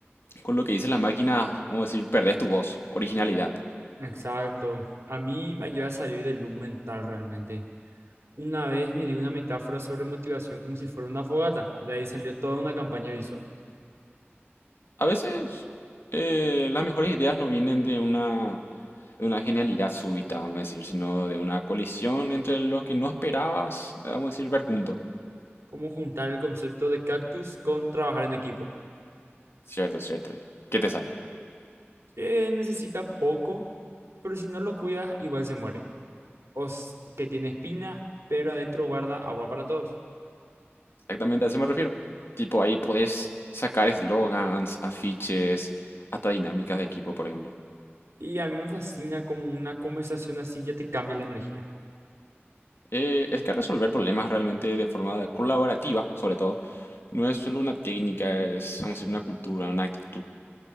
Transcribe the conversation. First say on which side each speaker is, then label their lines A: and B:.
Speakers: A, on the left; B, on the right.
A: con lo que dice la máquina, vamos a decir, perdés tu voz, originalidad.
B: Exacto. A mí me ayuda a salir del loop mental realmente. Una vez me di una metáfora sobre motivación como si fuera una fogata. De ahí salió toda una campaña visual.
A: A veces, eh, las mejores ideas no vienen de una, de una genialidad súbita, vamos a decir, sino de una colisión entre lo que no esperabas, vamos a decir, ver junto.
B: Cómo juntar el concepto de cactus con trabajar en equipo.
A: Cierto, cierto. ¿Qué te sale?
B: Que necesita poco, pero si no lo cuidas, igual se muere. O s- que tiene espinas, pero adentro guarda agua para todos.
A: Exactamente a eso me refiero. Tipo, ahí podés sacar eslogans, afiches, hasta dinámicas de equipo, por ejemplo.
B: Y a mí me fascina como una conversación así ya te cambia la energía.
A: Eh, es que resolver problemas realmente de forma colaborativa, sobre todo, no es solo una técnica, es, vamos a decir, una cultura, una actitud.